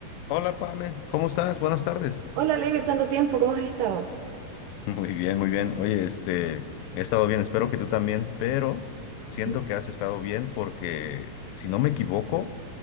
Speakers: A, on the left; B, on the right.
A: Hola, Pame, ¿cómo estás? Buenas tardes.
B: Hola, Leiber, tanto tiempo, ¿cómo has estado?
A: <laughs> Muy bien, muy bien. Oye, este, he estado bien, espero que tú también, pero siento
B: Sí,
A: que has estado bien porque, si no me equivoco,